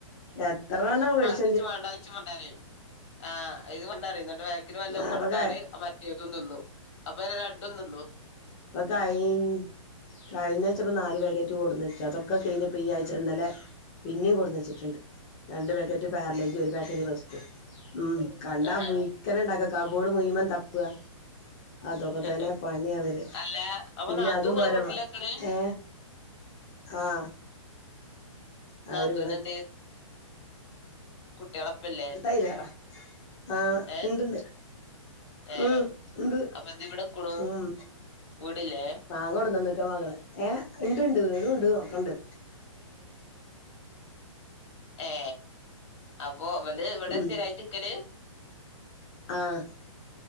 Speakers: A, on the left; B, on the left.
A: എത്രണ്ണം വേടിച്ച്
B: ദ് ച്ച് വാണ്ടാ ച്ച് മുട്ടായതീ ആഹ് ഇത് കൊണ്ടറിം ന്നട്ട് ബേക്ക്ല് വല്ലതും
A: ആ
B: കൊട്ത്താല്
A: ഇപ്പൊ ക
B: മ റ്റേതും തിന്നും. അപ്പൊ എല രണ്ടും തിന്നു
A: പക്കായി കഴിഞ്ഞഴ്ച്ചപ്പൾ നാല് വേഗറ്റ് കൊടുന്നയ്ച്ച അതൊക്കെ കഴിഞ്ഞപ്പ ഈ ആഴ്ച ഇന്നലെ പിന്നെയും കൊടുന്ന് വച്ചിട്ടുണ്ട് രണ്ട് പാക്കറ്റ് പാർലേജ് ഒരു പാക്കറ്റ് ബസ് ഉം
B: ആഹ്
A: കണ്ടാ പയിക്കന ഉണ്ടാക്ക കബോർഡ് മുയുവൻ തപ്പുക അതൊക്കെ
B: ആഹ്
A: തന്നെ പണി അവര്
B: അല്ല അപ്പൊ
A: പിന്നെ
B: നാത്തൂ
A: അതും
B: ഇങ്ങളെ
A: പോര
B: വീട്ടിലാ
A: വാ
B: നിക്കണേ
A: ഏ ആഹ്
B: നാത്തൂൻ
A: അവര് ഇവിടെ
B: എധ്യേ കുട്ടികളപ്പല്ലേ
A: ല്ലാടാ ആഹ്
B: ഏഹ്
A: ഇണ്ട് ഇണ്ട്
B: ഏഹ്
A: ഉം ഉണ്ട്
B: അപ്പൊ എന്തെ ഇവിടെ നിക്കണു
A: ഉം
B: വീടില്ലേ
A: മാങ്ങോ കൊടെന്നക്കാ മകള് ഏ ഉണ്ട് ഉണ്ട് വുംണ്ട് നോക്കണ്ട്
B: ഏ അപ്പൊ അവല് ഇവിടെ
A: ഉം
B: സ്ഥിരായിട്ടരിക്കല്
A: ആഹ്